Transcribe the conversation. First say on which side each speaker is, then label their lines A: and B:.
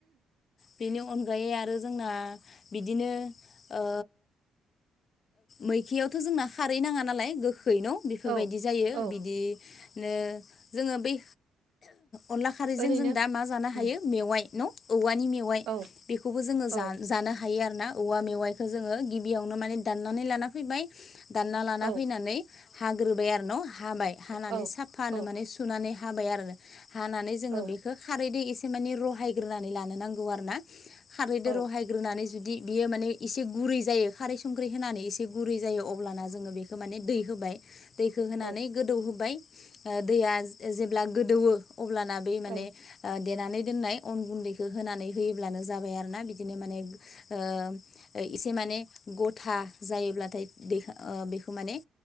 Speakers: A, on the left; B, on the right.
A: बेनि अनगायै आरो जोंना बिदिनो ओ मैखियावथ' जोंना खारै नाङा नालाय गो गोखैन' बेफोरबायदि
B: औ
A: जायो
B: औ
A: बिदिनो जोङो बै अनला खारैजों
B: ओरैनो
A: जों दा मा जानो
B: उम
A: हायो मेवाइ न' औवाइ नि मेवाइ
B: औ
A: बेखौबो जोङो
B: औ
A: जानो हायो आरोना औवा मेवायखौ जोङो गिबियावनो माने दाननानै लाना फैबाय दानना लाना
B: औ
A: फैनानै हाग्रोबाय आरो न ' हाबाय हानानै
B: औ
A: साफानो
B: औ
A: माने सुनानै हाबाय आरो हानानै जोङो
B: औ
A: बेखौ खारैजों एसे माने रहायगोननानै ल नांगौ आरोना खारैद
B: औ
A: रहायग्रोन जुदि बि बियो माने इसे गुरै जायो खारै संख्रि होनानै एसे गुरै जायो अब्लाना जोङो बेखौ माने दै होबाय दैखौ होनानै
B: औ
A: गोदौहोबाय दैया जेब्ला गोदौवो अब्लाना बे माने
B: औ
A: ओ देनानै दोन्नाय अन गुन्दैखौ होनानै होयोब्लानो जाबाय आरोना बिदिनो माने ओ इसे माने गथा जायोब्लाथाय बे बेखौ माने